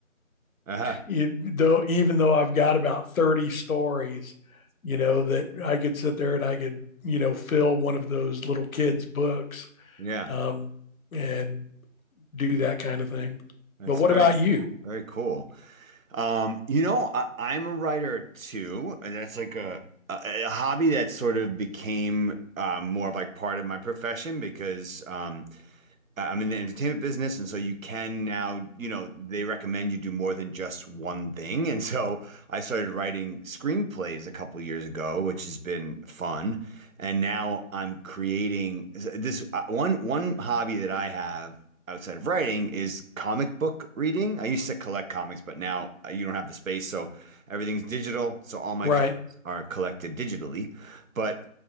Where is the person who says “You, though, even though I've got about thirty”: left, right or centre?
Left